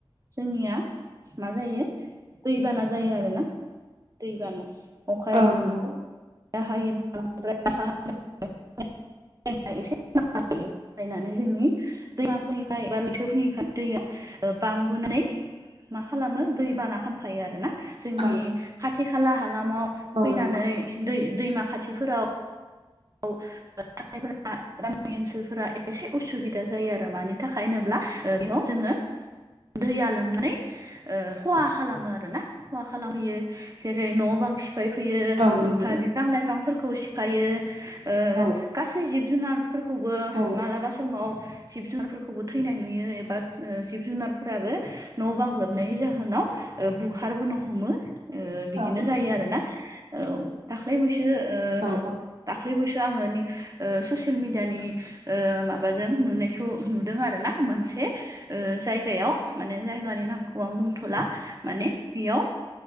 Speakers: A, on the right; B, on the right.
A: जोंनिया मा जायो। दैबाना जायो आरो ना दैबाना अखा
B: औ नंगौ।
A: हायो एसे <unintelligible> <unintelligible> <unintelligible> मा खालामो दैबाना खामफायो आरो ना जोंनि
B: औ
A: खाथि खाला हालामाव
B: औ
A: फैनानै
B: नंगौ
A: दै दैमा खाथिफोराव। औ। थानायफोरा गामि ओनसोलफोरा एसे उसुबिदा जायो आरो मानि थाखाय होनोब्ला बेयाव जोङो दैया लोमनानै खहा खालामो आरो ना खहा खालामहैयो जेरै न' बां सिफाय सिफायफैयो
B: औ नंगौ
A: ओमफफ्राय बिफां लाइफांफोरखौ सिफायो। ओ
B: औ
A: गासै जिब जुनारफोरखौबो
B: औ
A: मालाबा समाव जिब जुनारफोरखौबो थैनाय नुयो एबा जिब जुनारफोराबो न' बां लोमनायनि जाहोनाव बुखारबोनो हमो। ओ बिदिनो
B: औ
A: जायो आरो ना औ दाख्लै बैसो ओ
B: औ औ
A: दाख्लैबोसो आङो ओ ससियेल मिडियानि माबाजों नुनायखौ नुदों आरो ना मोनसे ओ जायगायाव माने जायगानि नामखौ आं बुंथ'ला माने बेयाव